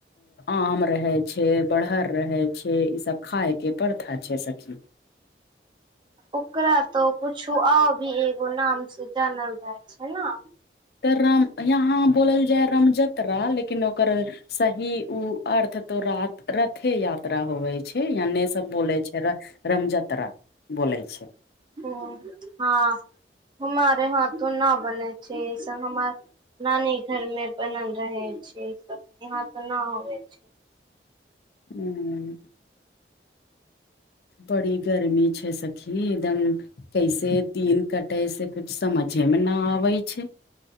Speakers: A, on the left; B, on the right.
A: आम रहै छै बरहर रहै छै ई सब खाय के परथा छै सखी
B: ओकरा तोऽ कुछु आ भी एगो नाम से जानल जाइ छै न
A: तऽ राम यहाँ बोलल जाय है रामजतरा लेकिन ओकर सही उ अर्थ त रात रथे यात्रा होवे छै या ने सब बोले छै रमजतरा बोले छै
B: हूँ हँ हमारे हाथो ना बनै छै ई सब नानी घर मे बनल रहै छै सब यहाँ त ना होवे छै
A: ऊं बड़ी गर्मी छै सखी एदम कैसे दिन कटे से कुछ समझे मे ना आबै छै